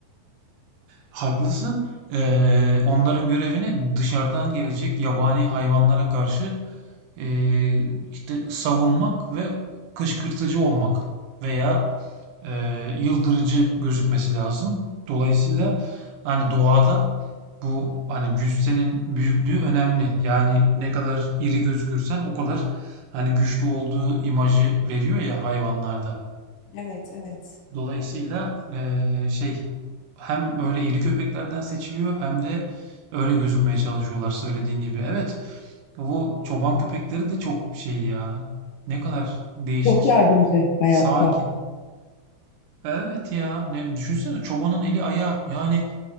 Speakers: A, on the right (about 80°); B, on the left (about 70°).
A: Haklısın. Eee, onların görevini dışarıdan gelecek yabani hayvanlara karşı eee, işte savunmak ve kışkırtıcı olmak veya e, yıldırıcı gözükmesi lazım. Dolayısıyla hani doğada bu hani cüssenin büyüklüğü önemli. Yani ne kadar iri gözükürsen o kadar hani güçlü olduğu imajı veriyor ya hayvanlarda.
B: Evet, evet.
A: Dolayısıyla e, şey hem öyle iri köpeklerden seçiliyor hem de öyle gözükmeye çalışıyorlar söylediğin gibi. Evet bu çoban köpekleri de çok şey ya. Ne kadar değişik.
B: Çok yardımcı hayatta.
A: Sakin. Evet ya ne düşünsene çobanın eli ayağı yani